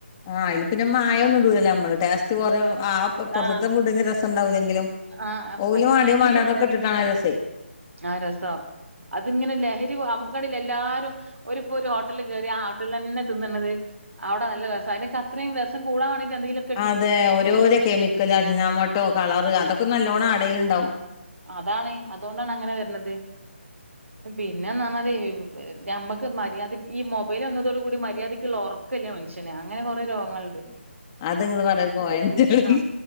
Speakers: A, on the left; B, on the right.
A: ആഹ അയില് പിന്നെ മായന്നും ഇടൂലല്ലേ നമ്മള് ടേസ്റ്റ് കുറ ആ പുറത്തത്തെ
B: ആഹ്
A: ഫുഡിന്റെ രസം ഉണ്ടാവൂല്ലെങ്കിലും
B: ആഹ്
A: ഓല്
B: മറ്റേത്
A: മണ്ടായതും
B: ഭയങ്കര
A: മാണ്ടതതും
B: ടേസ്റ്റ്
A: ഇട്ട്ണ് രസം
B: ആ രസ അതിങ്ങനെ ലഹരി അമുക്ണ് ഇല്ലെ എല്ലാരും.. ഒരുപ്പോ ഒരു ഹോട്ടലി കേറി ആ ഹോട്ടലിൽന്നെ തിന്നണത് അവി നല്ല രസം അയിന് അത്രയും രസം കൂടാൻ വെണ്ടിറ്റ് എന്തങ്കിലും
A: അതെ. ഓരോരോ കെമിക്കൽ അജിനമൊട്ടോ കളർ അതൊക്കെ നല്ലോണ്ണം ആ ടയിൻണ്ടാവും
B: അതാണ് അതുണ്ടാണ് അങ്ങനെ വര്ണത് പിന്നെന്ന്റഞ്ഞാല് ഞമ്മക്ക് മര്യാദ ഈ മൊബൈൽ വന്നതോട കൂടി മര്യാദക്ക്ള്ള ഒ റക്ക് ഒറക് ഇല്ല മനുഷന് അങ്ങനെ കൊറേ രോഗങ്ങള്ണ്ട്
A: അത്ങ്ങള് പറയന്നത് പോയന്റായി
B: ആ